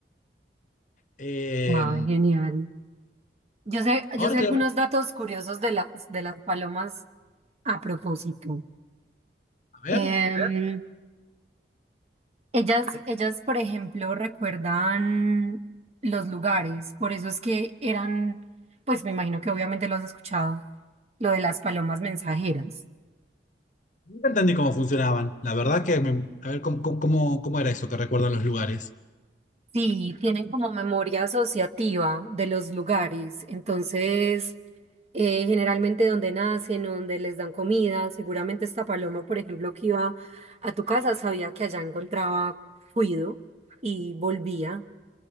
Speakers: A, on the left; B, on the right.
A: Eh,
B: ah, genial. Yo sé,
A: ahora
B: yo sé
A: te
B: algunos
A: voy a
B: datos curiosos de las, de las palomas a propósito.
A: a ver,
B: Em, ellas, ellas, por ejemplo, recuerdan los lugares, por eso es que eran, pues me imagino que obviamente lo has escuchado, lo de las palomas mensajeras.
A: nunca entendí cómo funcionaban. La verdad que, me- a ver, ¿cómo, cómo, cómo cómo era eso que recuerdan los lugares?
B: Sí, tienen como memoria asociativa de los lugares. Entonces, eh, generalmente donde nacen, donde les dan comida, seguramente esta paloma, por ejemplo, que iba a tu casa, sabía que allá encontraba cuido y volvía.